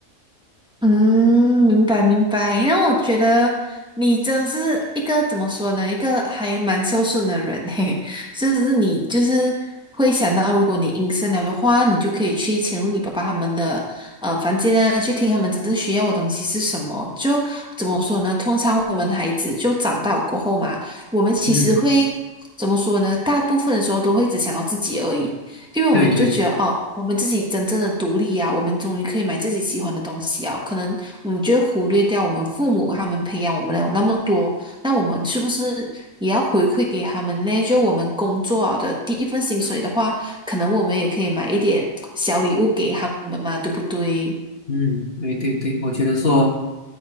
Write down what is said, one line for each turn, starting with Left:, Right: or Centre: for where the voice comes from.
Centre: 嗯，明白明白。因为我觉得你真的是一个怎么说呢？一个还蛮孝顺的人嘿。是不是你就是会想到，如果你隐身了的话，你就可以去潜入你爸爸他们的呃房间啊，去听他们真正需要的东西是什么。就怎么说呢？通常我们孩子就长大过后嘛，我们其实会怎么说呢？
Left: 嗯，
Centre: 大部分的时候都会只想到自己而已。因为我们就觉得哦，
Left: 对对，
Centre: 我们自己真正的独立呀、我们终于可以买自己喜欢的东西啊。可能我们就会忽略掉我们父母他们培养我们的有那么多，那我们是不是也要回馈给他们呢？就我们工作啊的第一份薪水的话，可能我们也可以买一点小礼物给他们嘛，对不对？
Left: 嗯，对对对，我觉得说。